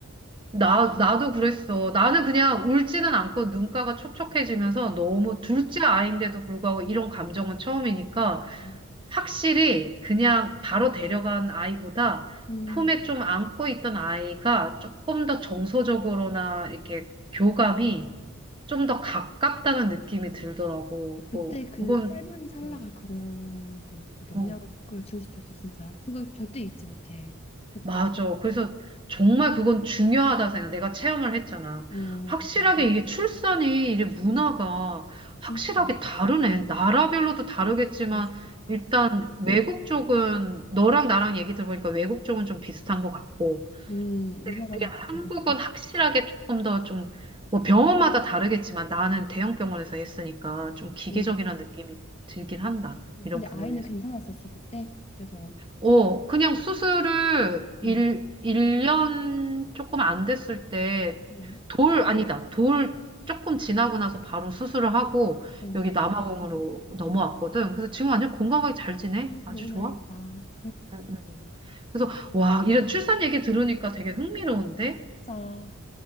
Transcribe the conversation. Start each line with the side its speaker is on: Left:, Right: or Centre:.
Right: 나, 나도 그랬어. 나는 그냥 울지는 않고 눈가가 촉촉해지면서 너무 둘째 아이인데도 불구하고 이런 감정은 처음이니까
Left: 음,
Right: 확실히 그냥 바로 데려간 아이보다
Left: 음,
Right: 품에 좀 안고 있던 아이가 조금 더 정서적으로나 이렇게 교감이 좀 더 가깝다는 느낌이 들더라고.
Left: 그때
Right: 뭐,
Left: 그
Right: 그건,
Left: 짧은 찰나가
Right: 음,
Left: 그런 걸 또 영향을
Right: 어.
Left: 그걸 줄 수도 있어 진짜 그거 절대 잊지 못해 그때
Right: 맞아. 그래서 정말 그건 중요하다 생각. 내가 체험을 했잖아.
Left: 오
Right: 확실하게
Left: 나도
Right: 이게 출산이 이게 문화가
Left: 음,
Right: 확실하게
Left: 진짜
Right: 다르네. 나라별로도 다르겠지만
Left: 아 진짜
Right: 일단 외국 쪽은 너랑 나랑 얘기 들어보니까 외국 쪽은 좀 비슷한 것 같고.
Left: 음
Right: 근데
Left: 우리나라가
Right: 우리
Left: 좀
Right: 한국은
Left: 다른 것 같아
Right: 확실하게 조금 더 좀 뭐 병원마다 다르겠지만 나는 대형 병원에서 했으니까 좀 기계적이라는
Left: 음
Right: 느낌이 들긴 한다. 이런
Left: 근데
Right: 부분에서.
Left: 아이는 괜찮았었어 그때 그래서
Right: 어, 그냥 수술을 일
Left: 음,
Right: 1년 조금 안 됐을 때,
Left: 음,
Right: 돌, 아니다, 돌 조금 지나고 나서 바로 수술을 하고,
Left: 어.
Right: 여기 남아공으로 넘어왔거든. 그래서 지금 완전 건강하게 잘 지내?
Left: 아,
Right: 아주
Left: 너무
Right: 좋아?
Left: 다행이다
Right: 응, 응. 그래서,
Left: 자 <laughs>
Right: 와, 이런 출산 얘기 들으니까 되게 흥미로운데?
Left: 짜